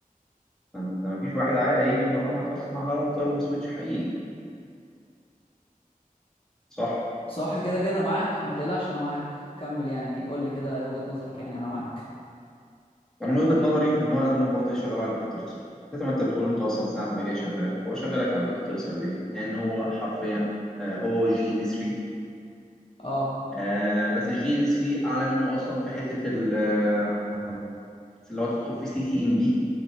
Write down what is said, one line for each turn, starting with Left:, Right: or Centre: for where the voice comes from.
Centre: فانت ما فيش واحد عاقل هيجي يمرنك اصلا على راوتر وسويتش حقيقي صح
Left: صح كده كده معاك ما تقلقش انا معاك كمل يعني قول لي كده ايه وجهة نظرك يعني انا معاك
Centre: انا من وجهه نظري ان هو لازم برضه يشغله على الباكيت ترسر زي ما انت بتقول انت اصلا ساعه ما جاي شغالك هو شغالك على الباكيت ترسر ليه لان هو حرفيا آه، هو والجي ان 3
Left: اه
Centre: آه بس الجي ان 3 اعلى منه اصلا في حته ال آه، اللي هو تدخل في سي سي ان بي